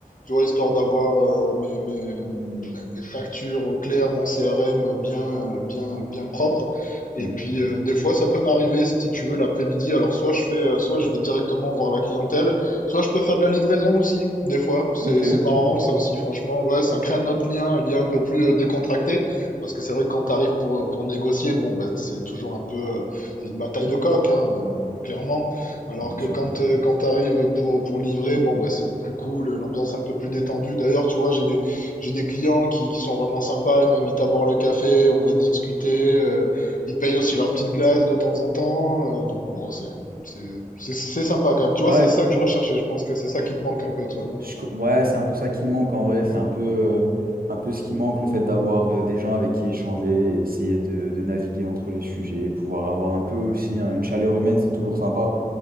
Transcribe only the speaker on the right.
Mhm.
Ok,
non, bien
sûr.
Ouais,
je-
je co- ouais, c'est un peu ça qui me manque en vrai. C'est un peu, euh, un peu ce qui manque, le fait d'avoir euh, des gens avec qui échanger, essayer de, de naviguer entre les sujets, pouvoir avoir un peu aussi hein, une chaleur humaine, c'est toujours sympa.